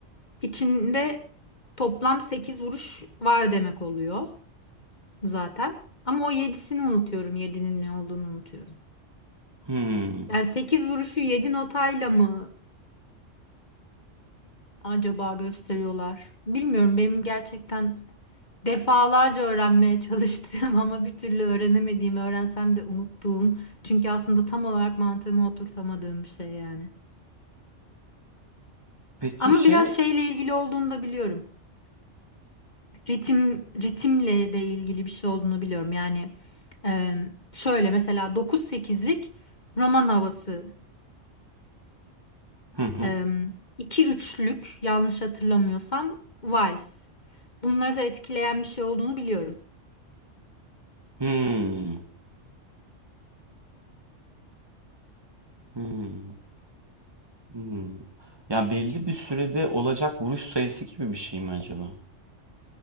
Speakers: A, on the left; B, on the right.
A: içinde toplam sekiz vuruş var demek oluyor zaten. Ama o yedisini unutuyorum, yedinin ne olduğunu unutuyorum.
B: Hmm.
A: Yani 8 vuruşu 7 notayla mı acaba gösteriyorlar? Bilmiyorum benim gerçekten defalarca öğrenmeye çalıştığım <laughs> ama bir türlü öğrenemediğim, öğrensem de unuttuğum. Çünkü aslında tam olarak mantığımı oturtamadığım bir şey yani.
B: Peki
A: Ama
B: şey
A: biraz şeyle ilgili olduğunu da biliyorum. Ritim, ritimle de ilgili bir şey olduğunu biliyorum. Yani e, şöyle mesela dokuz sekizlik roman havasıdır.
B: hı hı.
A: E, 2-3'lük yanlış hatırlamıyorsam vals. Bunları da etkileyen bir şey olduğunu biliyorum.
B: Hmm. Hmm. Hmm. Ya belli bir sürede olacak vuruş sayısı gibi bir şey mi acaba?